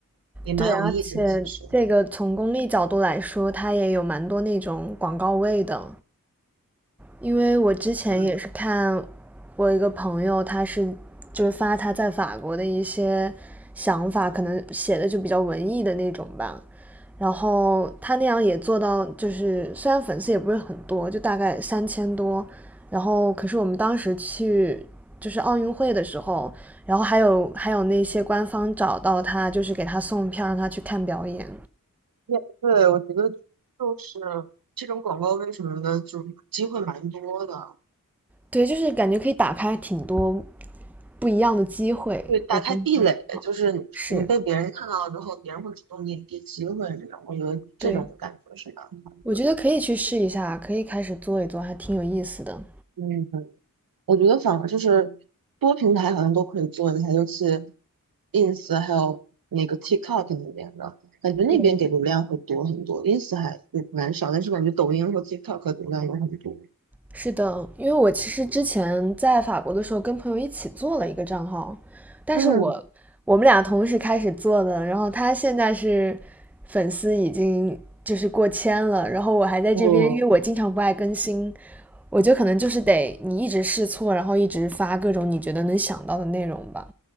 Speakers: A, on the right; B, in the centre.
A: 也蛮有意思的，
B: 对，而且这个从功利角度来说，
A: 其实。
B: 它也有蛮多那种广告位的。因为我之前也是看
A: 嗯。
B: 我一个朋友，他是就是发他在法国的一些想法，可能写的就比较文艺的那种吧。然后他那样也做到，就是虽然粉丝也不是很多，就大概三千多。然后可是我们当时去就是奥运会的时候，然后还有还有那些官方找到他，就是给他送票，让他去看表演。
A: 也不对，我觉得就是这种广告为什么呢？就是机会蛮多的，
B: 对，就是感觉可以打开挺多不一样的机会，
A: 对，打开壁垒，
B: 我觉得还
A: 就是你你被别人看到了之后，
B: 是。
A: 别人会主动给你递机会这种，我觉得这种感觉是蛮好的。
B: 对，我觉得可以去试一下，可以开始做一做，还挺有意思的。
A: 嗯，我觉得反而就是多平台好像都可以做一下，尤其 ins 还有那个 TikTok 那边的，感觉那边给流量会多很多，ins
B: 对，
A: 还蛮少，但是感觉抖音和 TikTok 流量有很多。
B: 是的，因为我其实之前在法国的时候跟朋友一起做了一个账号，但是我我们俩同时开始做的，
A: 嗯，
B: 然后他现在是粉丝已经就是过千了，然后我还在这边，
A: 我
B: 因为我经常不爱更新，我觉得可能就是得你一直试错，然后一直发各种你觉得能想到的内容吧。